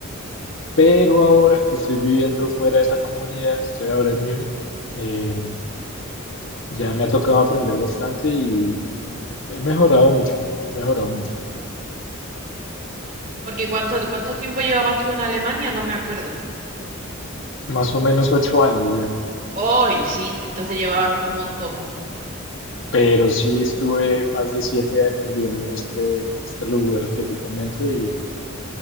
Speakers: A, on the left; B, on the right.
A: Pero ahora que estoy viviendo fuera de esa comunidad, estoy ahora en Múnich. em, Ya me ha tocado aprender bastante y he mejorado mucho, he mejorado mucho.
B: Porque ¿cuánto, cuánto tiempo llevabas tú en Alemania? No me acuerdo.
A: Más o menos ocho años ya.
B: Hoy, sí, entonces llevabas un montón.
A: Pero sí estuve más de siete años viviendo en este, en este lugar que te comento y,